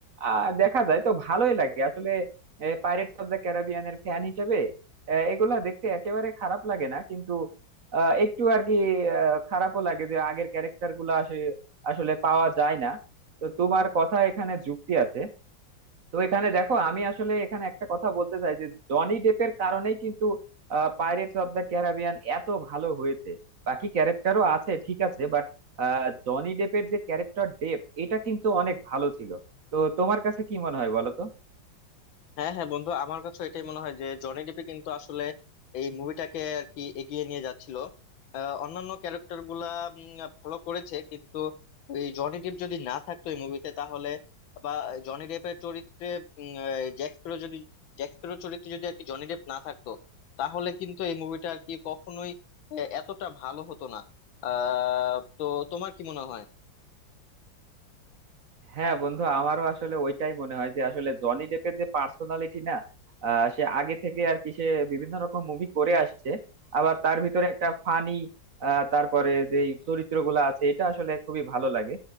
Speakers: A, on the right; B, on the left.
A: আহ দেখা যায় তো ভালোই লাগে আসলে পাইরেটস অফ দ্য ক্যারিবিয়ানের ফ্যান হিসেবে আহ, এগুলা দেখতে একেবারে খারাপ লাগে না কিন্তু আহ, একটু আর কি আহ, খারাপও লাগে যে আগের ক্যারেক্টার গুলা আসে- আসলে পাওয়া যায় না তো তোমার কথা এখানে যুক্তি আছে তো এখানে দেখো আমি আসলে এখানে একটা কথা বলতে চাই যে জনি ডেপের কারণেই কিন্তু পাইরেটস অফ দ্য ক্যারিবিয়ান এত ভালো হয়েছে বাকি ক্যারেক্টারও আছে ঠিক আছে বাট জনি ডেপের যে ক্যারেক্টার ডেপ এটা কিন্তু অনেক ভালো ছিল তো তোমার কাছে কি মনে হয় বলো তো
B: হ্যাঁ হ্যাঁ বন্ধু আমার কাছে এটাই মনে হয় যে জনি ডিপে কিন্তু আসলে এই মুভিটাকে আর কি এগিয়ে নিয়ে যাচ্ছিল আহ, অন্যান্য ক্যারেক্টার গুলা উম, ভালো করেছে কিন্তু এই জনি ডিপ যদি না থাকতো এই মুভিতে তাহলে বা জনি ডেপের চরিত্রে উম, আহ, জ্যাক স্প্যারো যদি জ্যাক স্প্যারো চরিত্রে যদি আর কি জনি ডেপ না থাকতো তাহলে কিন্তু এই মুভিটা আর কি কখনোই আহ, এতটা ভালো হতো না আহ তো তোমার কি মনে হয়
A: হ্যাঁ বন্ধু আমারও আসলে ওইটাই মনে হয় যে আসলে জনি ডেপের যে পার্সোনালিটি না আহ, সে আগে থেকে আর কি সে বিভিন্ন রকম মুভি করে আসছে আবার তার ভিতরে একটা ফানি তারপরে যে চরিত্রগুলো আছে এটা আসলে খুবই ভালো লাগে